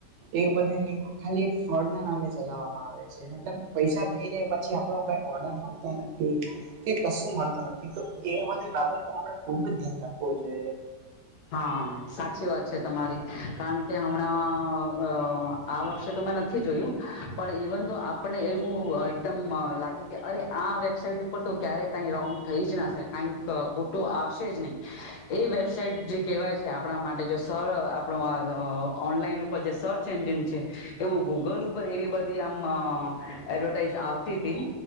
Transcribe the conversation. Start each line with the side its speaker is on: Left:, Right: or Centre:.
Right: એ બધી લિંકો ખાલી ફ્રોડ ના નામે ચલાવવામાં આવે છે. કે મતલબ પૈસા થઈ જાય પછી આપડો કઈ ઓર્ડર મળતા નથી. કે કશું મળતું નથી તો એ બધી બાબત નો આપડે ખુબ જ ધ્યાન રાખવું જોઈએ.
Left: હા, સાચી વાત છે તમારી કારણ કે હમણાં અહ આ વર્ષે તોં મેં નથી જોયું પણ ઇવન દો આપણને એવું અહ એકદમ અહ લાગે કે અરે આ વેબસાાઈટ ઉપર તો ક્યારે કઈ રોંગ થઈ જ ના શકાએ કઈ તો ખોટું આવશે જ નહી એ વેબસાઇટ જે કેહેવાય છે આપણા માટે જો સ અહ સર આપણો આ ઓનલાઈન ઉપર જે સર્ચ એન્જિન છે એવું ગૂગલ ઉપર એવી બધી આમ અહ એડવર્ટાઈઝ આવતી તી